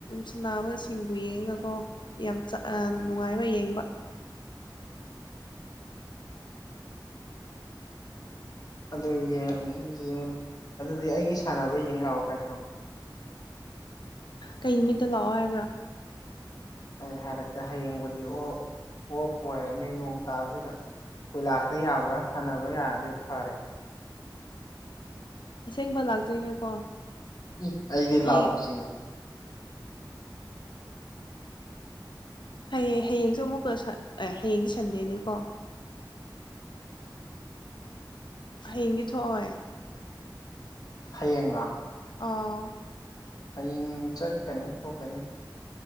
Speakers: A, on the left; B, on the left.
A: ꯁꯤꯅꯕꯁꯤꯡꯗꯨ ꯌꯦꯡꯉꯀꯣ ꯌꯥꯝ ꯆ ꯅꯨꯡꯉꯥꯏꯕ ꯌꯦꯡꯕ
B: ꯑꯗꯨꯝ ꯌꯦꯡꯉꯨꯅꯨ ꯑꯗꯨꯗꯤ ꯑꯩꯒꯤ ꯁꯥꯟꯅꯕ ꯌꯦꯡ ꯂꯥꯛꯑꯣ ꯀꯥꯏꯗꯧꯔꯒꯦ
A: ꯀꯩ ꯅꯨꯃꯤꯠꯇ ꯂꯥꯛꯑꯣ ꯍꯥꯏꯕ꯭ꯔꯥ
B: ꯑꯩ ꯍꯥꯏꯔꯛꯀꯦ ꯍꯌꯦꯡꯕꯨꯗꯤ ꯑꯣꯞ ꯑꯣꯞ ꯑꯣꯏꯔꯅꯤ ꯅꯣꯡ ꯇꯥꯕꯁꯤꯗ ꯀꯣꯏꯂꯥꯁꯇ ꯌꯥꯎꯕ꯭ꯔꯥ ꯁꯥꯟꯅꯕ ꯌꯥꯔꯗꯤ ꯐꯔꯦ
A: ꯎ ꯑꯁꯦꯡꯕ ꯂꯥꯛꯇꯣꯏꯅꯦꯀꯣ
B: ꯏ ꯑꯩꯗꯤ ꯂꯥꯛꯑꯣ
A: ꯌꯦꯡ
B: ꯁꯤꯅꯤ
A: ꯍꯌꯦꯡ ꯍꯌꯦꯡꯁꯨ ꯑꯃꯨꯛꯀ ꯑꯦ ꯍꯌꯦꯡꯒꯤ ꯁꯟꯗꯦꯅꯤꯀꯣ ꯍꯌꯦꯡꯒꯤ ꯊꯣꯛꯑꯣꯏ
B: ꯍꯌꯦꯡꯂꯥ
A: ꯑꯥ
B: ꯍꯌꯦꯡ ꯆꯠꯀꯅꯤ ꯊꯣꯛꯀꯅꯤ